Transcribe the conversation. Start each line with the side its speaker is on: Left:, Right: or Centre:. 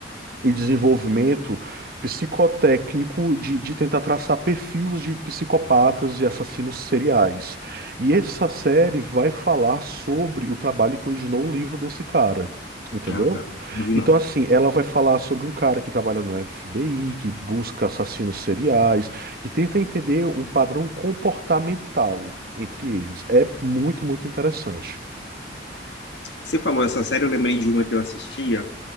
Right: e desenvolvimento psicotécnico de, de tentar traçar perfis de psicopatas e assassinos seriais. E essa série vai falar sobre o trabalho que originou o livro desse cara. Entendeu?
Left: Ah, tá. Não vi, não.
Right: Então, assim, ela vai falar sobre um cara que trabalha no FBI, que busca assassinos seriais e tenta entender um padrão comportamental entre eles. É muito, muito interessante.
Left: Você falou essa série, eu lembrei de uma que eu assistia,